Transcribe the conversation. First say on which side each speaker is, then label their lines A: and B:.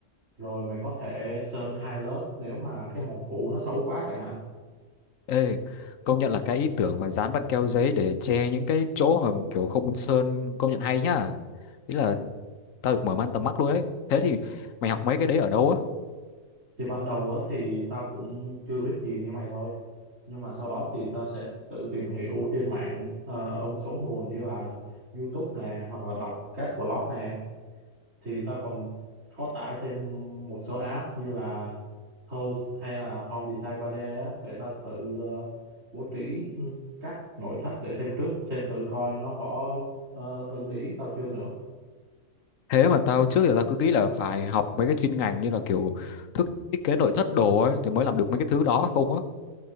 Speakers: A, on the right (about 70°); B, on the left (about 80°).
A: rồi mày có thể sơn hai lớp nếu mà cái màu cũ nó xấu quá chẳng hạn
B: Ê, công nhận là cái ý tưởng mà dán băng keo giấy để che những cái chỗ mà kiểu không muốn sơn công nhận hay nhá. Ý là tao được mở mang tầm mắt luôn ấy. Thế thì mày học mấy cái đấy ở đâu á?
A: thì ban đầu á thì tao cũng chưa biết gì như mày thôi nhưng mà sau đó thì tao sẽ tự tìm hiểu trên mạng ờ, ở một số nguồn như là YouTube nè hoặc là đọc các blog nè thì tao còn có tải thêm một số app như là House hay là Home Design ba d á để tao thử ờ, bố trí các nội thất để xem trước xem thử coi nó có ờ, ưng ý tao chưa nữa
B: Thế mà tao trước giờ tao cứ nghĩ là phải học mấy cái chuyên ngành như là kiểu thức thiết kế nội thất đồ ấy thì mới làm được mấy cái thứ đó không á.